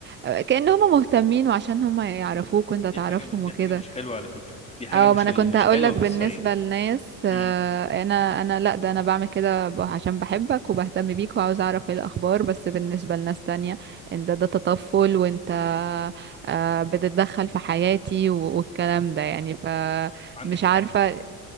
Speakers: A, on the right (about 25°); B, on the left (about 15°).
A: آه، كأن هم مهتمين وعشان هم يعرفوك وانت تعرفهم
B: دي حاجه من دي
A: وكده
B: حاجه مش حلوه على فكره دي حاجه
A: اه
B: مش
A: ما انا
B: مش
A: كنت هقولك
B: حلوه في
A: بالنسبه
B: الصعيد
A: للناس آه،
B: امم
A: انا انا لا ده انا بعمل كده ب- عشان بحبك وبهتم بيك وعاوز اعرف ايه الاخبار بس بالنسبه لناس تانية انت ده تطفل وانت آه، بتتدخل في حياتي و- والكلام ده يعني فمش
B: عندك
A: عارفه